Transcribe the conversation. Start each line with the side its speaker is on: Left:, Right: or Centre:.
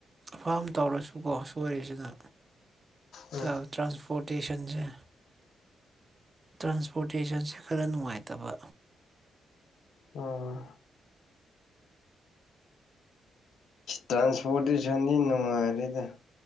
Right: ꯐꯥꯝ ꯇꯧꯔꯁꯨꯀꯣ ꯁꯣꯏꯔꯤꯁꯤꯅ
Left: ꯎꯝ
Right: ꯇ ꯇ꯭ꯔꯥꯟꯁꯄꯣꯔꯇꯦꯁꯟꯁ ꯇ꯭ꯔꯥꯟꯁꯄꯣꯔꯇꯦꯁꯟꯁꯦ ꯈꯔ ꯅꯨꯡꯉꯥꯏꯇꯕ
Left: ꯎꯝ ꯇ꯭ꯔꯥꯟꯁꯄꯣꯔꯇꯦꯁꯟꯗꯤ ꯅꯨꯡꯉꯥꯏꯔꯤꯗ